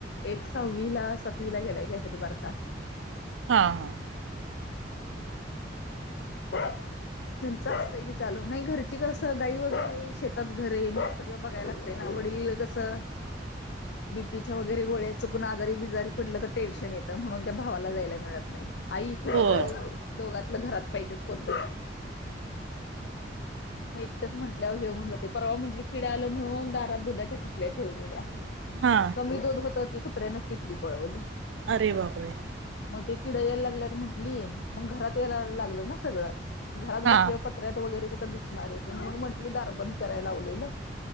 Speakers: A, on the left; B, on the right.
A: एक सहावी ला सातवी ला गेलाय काहीतरी बारका
B: हा हा
A: <unintelligible> त्यांच असतंय की चालू नाही घरची कसं गाई वगैरे शेतात घर आहे मग सगळं बघायला लागतंय ना. वडील कसं बीपीच्या वगैरे गोळ्या चुकून आजारी बिजारी पडलं तर टेन्शन येतं म्हणून त्या भावाला जायला मिळत नाही. आई किंवा
B: होय
A: भाऊ दोघातलं घरात पाहिजेच कोणतरी मग एकटंच म्हटल्यावर हे होऊन जातंय परवा म्हटली किडं आलं म्हणून दारात दुधाच्या किटल्या ठेवून दिल्या
B: हां.
A: कमी दूध होतं ती कुत्र्यानेच किटली पळवली.
B: अरे बापरे.
A: मग ते किडं यायला लागल्यात म्हंटली मग घरात यायला लागलं ना सगळं. घरात
B: हां.
A: बसल्यावर पत्र्यात वगैरे कुठं दिसणार आहे ते म्हणून म्हंटली दार बंद करायला लावलेलं.